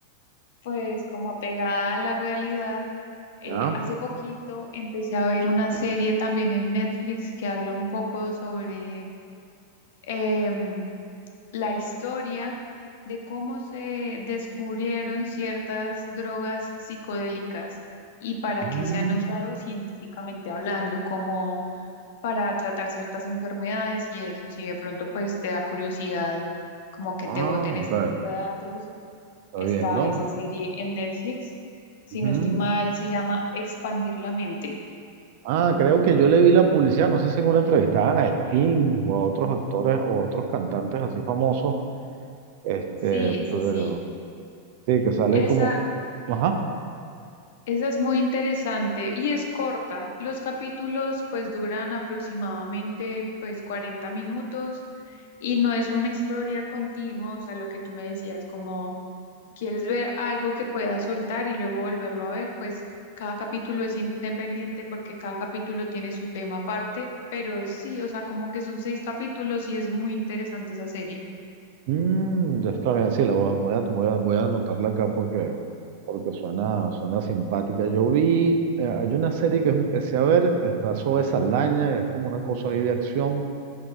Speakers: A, on the left; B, on the right.
A: pues como apegada a la realidad, eh,
B: ¿Ya?
A: hace poquito empecé a ver una serie también en Netflix que habla un poco sobre, em, la historia de cómo se descubrieron ciertas drogas psicodélicas y para
B: Mm,
A: qué se han usado científicamente hablando, como para tratar ciertas enfermedades y eso, si de pronto pues te da curiosidad, como que
B: ah,
A: te boten
B: ok.
A: ese tipo de datos,
B: Está
A: está
B: bien, ¿no?
A: esa serie en Netflix, si
B: Ujú.
A: no estoy mal, se llama Expandir la mente.
B: Ah, creo que yo le vi la publicidad, no sé si en una entrevistaban a Sting o a otros actores o a otros cantantes así famosos, este,
A: Sí, sí,
B: pero
A: sí.
B: sí, que sale
A: Esa,
B: como, ajá.
A: Esa es muy interesante y es corta. Los capítulos pues duran aproximadamente pues 40 minutos y no es una historia continua, o sea, lo que tú me decías, como quieres ver algo que puedas soltar y luego volverlo a ver, pues cada capítulo es independiente porque cada capítulo tiene su tema aparte, pero sí, o sea, como que son seis capítulos y es muy interesante esa serie.
B: Mm, ya está bien, sí, la voy a, voy a, voy a- voy a anotarla acá porque, porque suena, suena simpática. Yo vi, eh, hay una serie que empecé a ver, está Zoe Saldaña, es como una cosa ahí de acción.